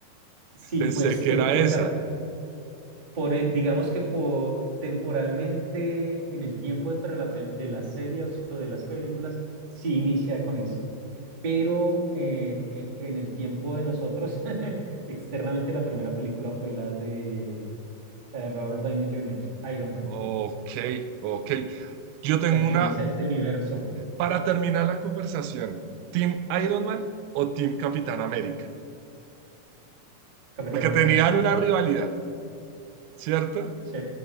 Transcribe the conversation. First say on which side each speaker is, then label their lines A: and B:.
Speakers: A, on the right; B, on the right.
A: Sí,
B: Pensé
A: pues,
B: que
A: te-
B: era
A: o
B: esa.
A: sea, por, eh, digamos que po- temporalmente en el tiempo dentro de, la pel- de las series o de las películas, sí inicia con eso. Pero eh, eh, en el tiempo de nosotros, <laughs> externamente la primera película fue la de, la de Robert Downey Jr., Iron Man,
B: Ok, ok. Yo tengo
A: la que
B: una
A: inicia este universo,
B: para terminar la conversación. ¿Team Iron Man o Team Capitán América?
A: Capitán
B: Porque
A: América.
B: tenían una rivalidad, ¿cierto?
A: Sí,